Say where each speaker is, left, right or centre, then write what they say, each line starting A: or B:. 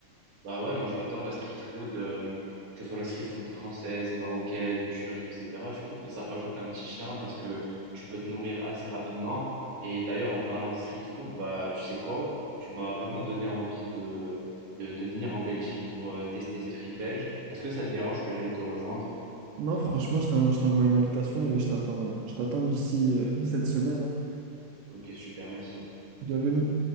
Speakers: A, on the right (about 50°); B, on the right (about 85°).
A: Bah ouais, moi j'adore la street food, euh, que ce soit la street food française, marocaine, turque, etc. Je trouve que ça rajoute un petit charme parce que tu peux te nourrir assez rapidement. Et d'ailleurs, en parlant de street food, bah tu sais quoi? Tu m'as vraiment donné envie de, de, de venir en Belgique pour euh, tester ces frites belges. Est-ce que ça te dérange que je vienne te rejoindre?
B: Non, franchement, je t'en- je t'envoie une invitation et je t'attends je t'attends d'ici euh, cette semaine. hein.
A: Ok, super, merci.
B: Bienvenue.